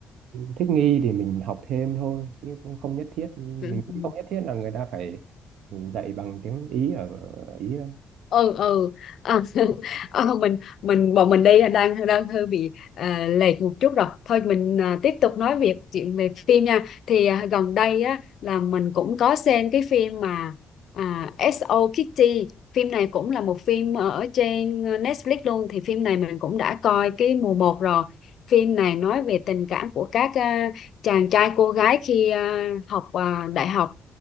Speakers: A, on the right (about 80°); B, on the left (about 65°).
A: thích nghi thì mình học thêm thôi chứ cũng không nhất thiết mình
B: Ừ.
A: cũng
B: ừ.
A: không nhất thiết là người ta phải dạy bằng tiếng Ý ở, ở Ý đâu
B: ừ ừ à, <laughs> ờ, mình mình bọn mình đi đang đang hơi bị à, lệch một chút rồi thôi mình à, tiếp tục nói việc chuyện về phim nha thì à, gần đây á là mình cũng có xem cái phim mà à, S.O. Kitty phim này cũng là một phim ở trên Netflix luôn thì phim này mình cũng đã coi cái mùa một rồi phim này nói về tình cảm của các à, chàng trai cô gái khi à, học à, đại học